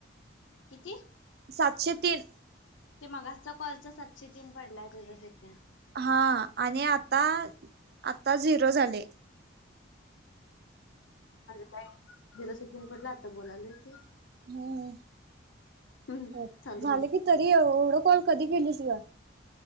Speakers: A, on the left; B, on the right.
A: किती
B: सातशे तीन.
A: ते मग कॉलच सातशे तीन पडलाय तुझा सेकेंद.
B: हा आणि आता आता झि झाले
A: झीरो सेकंड पडला आता बोलालो इथे.
B: हम्म
A: हम्म
B: हो
A: चालू
B: झालं
A: राहिल
B: की तरी एवढं कॉल कधी केलीस ग.